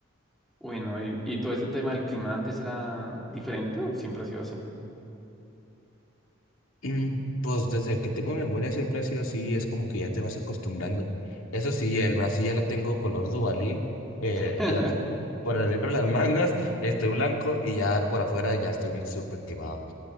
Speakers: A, in the centre; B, on the left.
A: Bueno, y, y todo ese tema del clima antes era diferente o siempre ha sido así?
B: Mm, Pues desde que tengo memoria siempre ha sido así, es como que ya te vas acostumbrando. Eso sí, el brazo ya lo tengo color Duvalín, eh,
A: <laughs>
B: las- por adentro las <laughs> mangas estoy blanco y ya por afuera ya estoy súper quemado.